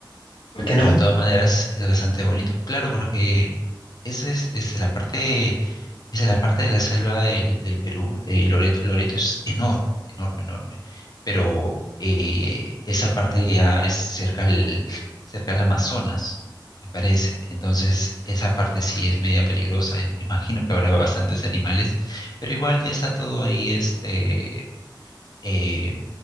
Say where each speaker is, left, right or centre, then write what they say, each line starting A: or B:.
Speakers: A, on the left; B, on the left.
A: ¿Por qué
B: Pero
A: no?
B: de todas maneras es bastante bonito. Claro, porque esa es, es la parte esa es la parte de la selva del, del Perú. eh, Loreto, Loreto es enorme, enorme, enorme. Pero eh, esa parte ya es cerca al, cerca al Amazonas, me parece. Entonces, esa parte sí es media peligrosa. eh, Imagino que habrá bastantes animales, pero igual ya está todo ahí este, eh,